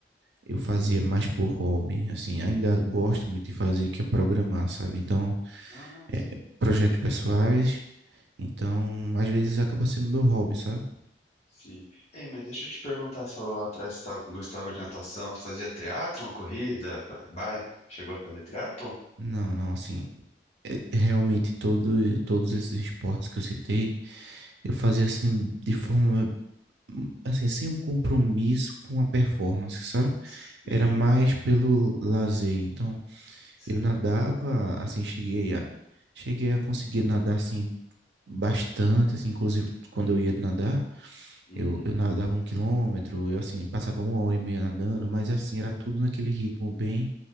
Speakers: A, on the right; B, on the left.
A: eu fazia mais por hobby, assim, ainda gosto muito de fazer, que é programar, sabe? Então,
B: Ah,
A: é,
B: sim.
A: projetos pessoais, então, às vezes acaba sendo meu hobby, sabe?
B: Sim. Ei, mas deixa eu te perguntar, você falou lá atrás que tava- gostava de natação, você fazia triatlon, corrida, ba- bike, chegou a fazer triatlon?
A: Não, não, assim, é, realmente todo, todos esses esportes que eu citei, eu fazia assim, de forma, hum, assim, sem um compromisso com a performance, sabe?
B: Sim,
A: Era mais pelo lazer, então,
B: sim.
A: eu nadava, assim, cheguei a, cheguei a conseguir nadar, assim, bastante, assim, inclusive quando eu ia nadar,
B: Uhum,
A: Eu, eu nadava um quilômetro, eu assim, passava uma hora e meia nadando, mas assim, era tudo naquele ritmo bem